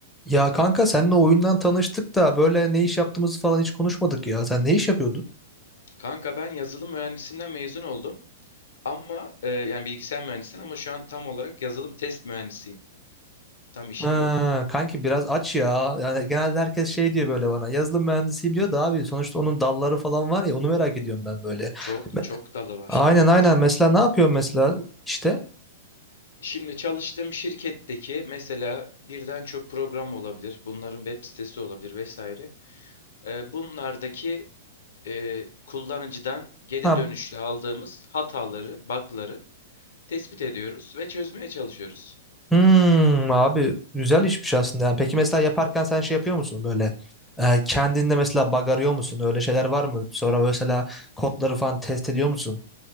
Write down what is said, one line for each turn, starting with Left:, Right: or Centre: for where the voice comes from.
Centre: Ya kanka seninle oyundan tanıştık da böyle ne iş yaptığımızı falan hiç konuşmadık ya. Sen ne iş yapıyordun?
Left: Kanka ben yazılım mühendisinden mezun oldum. Ama e, yani bilgisayar mühendisinden ama şu an tam olarak yazılım test mühendisiyim. Tam işim
Centre: Ha,
Left: bu.
Centre: kanki biraz aç ya. Yani genelde herkes şey diyor böyle bana. Yazılım mühendisiyim diyor da abi sonuçta onun dalları falan var ya onu merak ediyorum ben böyle.
Left: Çok
Centre: Me-
Left: çok dalı var.
Centre: Aynen
Left: Evet.
Centre: aynen mesela ne yapıyorsun mesela işte?
Left: Şimdi çalıştığım şirketteki mesela birden çok program olabilir. Bunların web sitesi olabilir vesaire. E, bunlardaki e, kullanıcıdan geri
Centre: Ha
Left: dönüşle aldığımız hataları, bug'ları tespit ediyoruz ve çözmeye çalışıyoruz.
Centre: Hmm, abi güzel işmiş aslında. Yani peki mesela yaparken sen şey yapıyor musun böyle e, kendinde mesela bug arıyor musun? Öyle şeyler var mı? Sonra mesela kodları falan test ediyor musun?